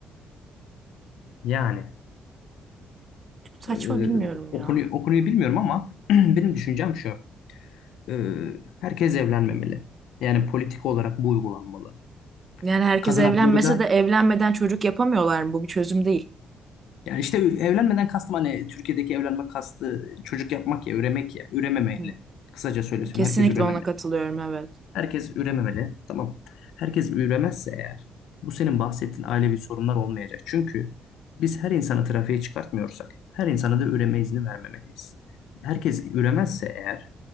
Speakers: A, on the left; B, on the right.
A: Yani
B: saçma
A: e,
B: bilmiyorum
A: o
B: ya.
A: konuyu, o konuyu bilmiyorum ama <clears throat> benim düşüncem şu. e, herkes evlenmemeli. Yani politik olarak bu uygulanmalı.
B: Yani herkes
A: Kadın
B: evlenmese
A: hakları da
B: de evlenmeden çocuk yapamıyorlar mı? Bu bir çözüm değil.
A: yani işte evlenmeden kastım hani Türkiye'deki evlenme kastı çocuk yapmak ya üremek ya ürememeli.
B: Hı,
A: Kısaca söylesem
B: Kesinlikle
A: herkes ürememeli.
B: ona katılıyorum evet.
A: Herkes ürememeli. Tamam. Herkes üremezse eğer bu senin bahsettiğin ailevi sorunlar olmayacak. Çünkü biz her insanı trafiğe çıkartmıyorsak her insana da üreme izni vermemeliyiz. Herkes üremezse eğer